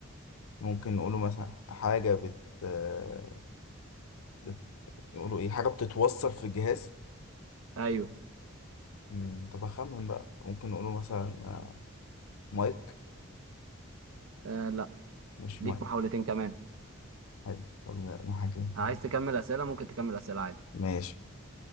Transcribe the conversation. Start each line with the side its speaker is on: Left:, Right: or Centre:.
Left: ممكن نقوله مثلا حاجة بت آه، بت- نقوله ايه حاجة بتتوصل في الجهاز
Right: ايوه
Left: امم طب اخمن بقى ممكن نقوله مثلا آه، مايك
Right: آه لا
Left: مش
Right: ليك
Left: مايك
Right: محاولتين كمان
Left: حلو طب نقول حاجة
Right: عايز
Left: برضه.
Right: تكمل اسئله ممكن تكمل اسئله عادي
Left: ماشي